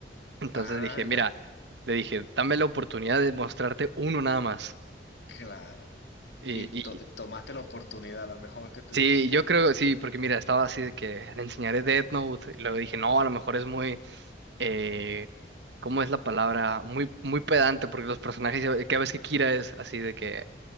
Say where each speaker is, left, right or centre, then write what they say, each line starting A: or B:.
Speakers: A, on the right; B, on the left.
A: Entonces
B: Ah,
A: dije,
B: no,
A: mira,
B: y-
A: le dije, dame la oportunidad de mostrarte uno nada más.
B: claro.
A: Y,
B: Y
A: y
B: to- tomaste la oportunidad, la mejor que tuviste.
A: sí, yo creo, sí, porque mira, estaba así de que le enseñaré Death Note. Y luego dije, no, a lo mejor es muy, eh, ¿cómo es la palabra? Muy, muy pedante, porque los personajes, ya- que ves que Kira es así de que